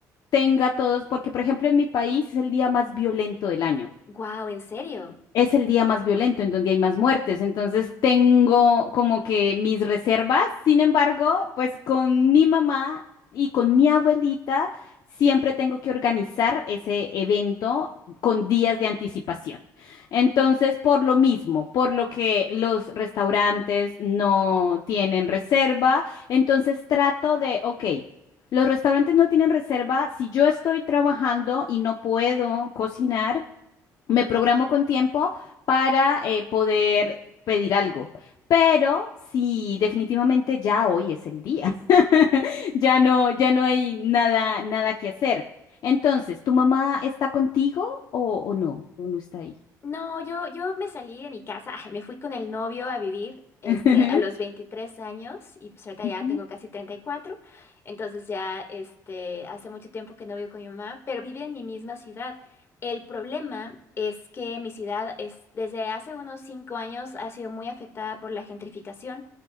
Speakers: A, on the left (about 65°); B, on the left (about 40°).
A: tenga todos, porque por ejemplo en mi país es el día más violento del año.
B: wow ¿en serio?
A: es el día más violento, en donde hay más muertes. Entonces tengo como que mis reservas. Sin embargo, pues con mi mamá y con mi abuelita siempre tengo que organizar ese evento con días de anticipación. Entonces, por lo mismo, por lo que los restaurantes no tienen reserva, entonces trato de, ok. Los restaurantes no tienen reserva. Si yo estoy trabajando y no puedo cocinar, me programo con tiempo para eh, poder pedir algo. Pero sí, definitivamente ya hoy es el día. <laughs> Ya no, ya no hay nada, nada que hacer. Entonces, ¿tu mamá está contigo o, o no? ¿O no está ahí?
B: No, yo, yo me salí de mi casa, <laughs> ah, me fui con el novio a vivir, este,
A: <laughs>
B: a los 23 años y pues ahorita
A: Ujú,
B: ya tengo casi 34. entonces ya, este, hace mucho tiempo que no vivo con mi mamá, pero vive en mi misma ciudad. El problema es que mi ciudad es, desde hace unos 5 años ha sido muy afectada por la gentrificación,